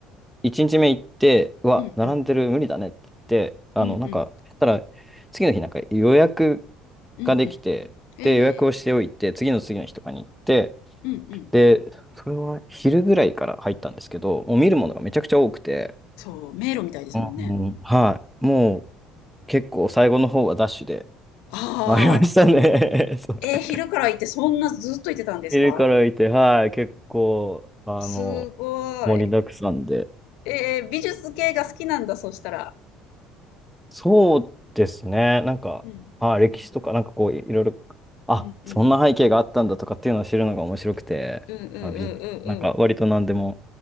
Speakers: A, in the centre; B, on the left.
A: 一日目行って、うわ、
B: うんうん。
A: 並んでる無理だねって言って、あの、
B: うんうん。
A: なんか、そしたら、次の日なんか予約
B: うんうん。
A: ができて、
B: ええ
A: で、予約をしておいて、次の次の日とかに行って、
B: ーうんうん。
A: で、それは昼ぐらいから入ったんですけど、もう見るものがめちゃくちゃ多くて、
B: うん。そう、迷路みたいですもんね。
A: うんはい、もう結構最後の方はダッシュで
B: あ
A: 回りましたね。
B: あ。
A: <laughs>
B: えー、昼から行ってそんなずっと行ってたんですか
A: 見るからいて、はい、結構、あの、
B: すご
A: 盛りだくさんで。
B: い。えー、美術系が好きなんだ、そしたら。
A: そうですね、なんか、
B: うん。
A: はい、歴史とか、なんかこう、いいろいろ、あ、
B: うんうん。
A: そんな背景があったんだとかっていうのを知るのが面白くて、
B: うんうんうんうんうん。
A: まあ、美術、なんか割と何でも、